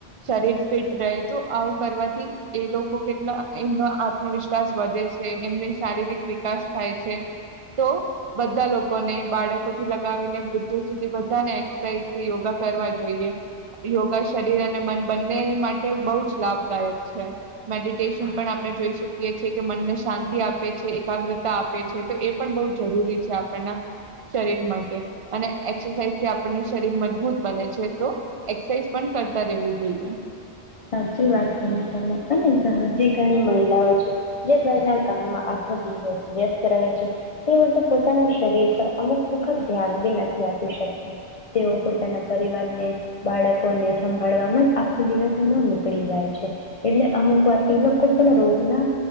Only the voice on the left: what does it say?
હા
સાચી વાત કહી તમે. અને જે ઘણી મહિલાઓ છે, જે ઘરના કામમાં આખો દિવસ વ્યસ્ત રહે છે તેઓ તો પોતાના શરીર પર અમુક વખત ધ્યાન બી નથી આપી શકતા. તેઓ પોતાના પરિવારને, બાળકોને સંભાળવાવામાં જ આખો દિવસ એમનો નિકળી જાય છે. એટલે અમુક વાર એ લોકો પણ રોગના